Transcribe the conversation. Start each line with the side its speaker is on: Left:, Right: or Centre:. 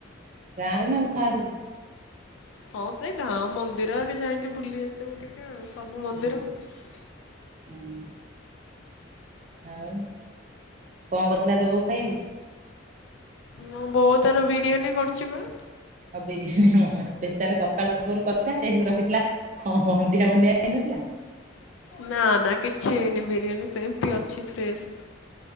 Right: ଗାଁରେ ନା ବାହାରି?
Left: ହଁ ସେଇ ଗାଁ ମନ୍ଦିରରେ ଯାଇଁକି ବୁଲି ଆସିବୁ ଟିକେ ଆଉ ସବୁ ମନ୍ଦିର
Right: ହୁଁ
Left: ଆଉ।
Right: ହୁଁ। ଆଉ କଣ କରିଥିଲା ଦବାକୁ ଖାଇବାକୁ?
Left: ମୋ ବୋଉ ତାର ବିରିୟାନୀ କରୁଛି ବା।
Right: ଆଉ ବିରିୟାନୀ ହଁ ସ୍ପେଶାଲ ସକାଳ ପୂର୍ବରୁ କରିଥିଲା ସେଇଆକୁ ରଖିଥିଲା କଣ ଗନ୍ଧିଆ ବନ୍ଧିଆ ହେଇନଥିଲା?
Left: ନା ନା କିଛି ହେଇନି ବିରିୟାନୀ ସେମତି ଅଛି ଫ୍ରେଶ।